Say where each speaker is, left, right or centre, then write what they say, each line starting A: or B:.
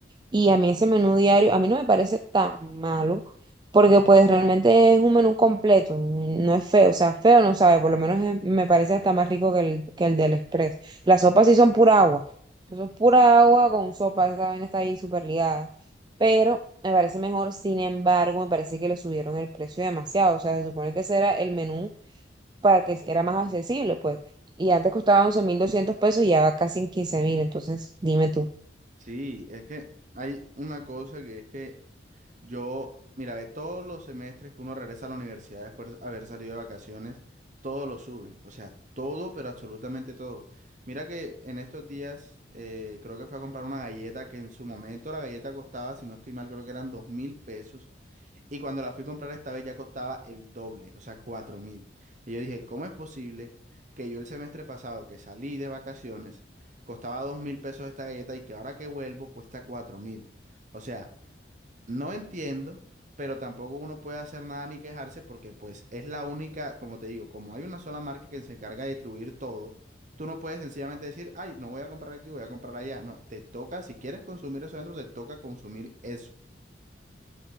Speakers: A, on the right; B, on the right.
A: Y a mí ese menú diario, a mí no me parece tan malo, porque pues realmente es un menú completo, no es feo, o sea, feo no sabe, por lo menos es- me parece hasta más rico que el, que el del Express. Las sopas sí son pura agua, eso es pura agua con sopa, esa vaina está ahí súper ligada, pero me parece mejor, sin embargo, me parece que le subieron el precio demasiado, o sea, se supone que ese era el menú para que era más accesible, pues, y antes costaba 11.200 pesos y ya va casi en quince mil entonces dime tú.
B: Sí, es que hay una cosa que es que Yo, mira, ve todos los semestres que uno regresa a la universidad después de haber salido de vacaciones, todo lo suben. O sea, todo, pero absolutamente todo. Mira que en estos días eh, creo que fui a comprar una galleta que en su momento la galleta costaba, si no estoy mal, creo que eran dos mil pesos. Y cuando la fui a comprar esta vez ya costaba el doble, o sea, cuatro mil. Y yo dije, ¿cómo es posible que yo el semestre pasado que salí de vacaciones costaba dos mil pesos esta galleta y que ahora que vuelvo cuesta cuatro mil? O sea, no entiendo, pero tampoco uno puede hacer nada ni quejarse porque pues es la única, como te digo, como hay una sola marca que se encarga de distribuir todo, tú no puedes sencillamente decir, ay, no voy a comprar aquí, voy a comprar allá. No, te toca, si quieres consumir eso adentro, te toca consumir eso.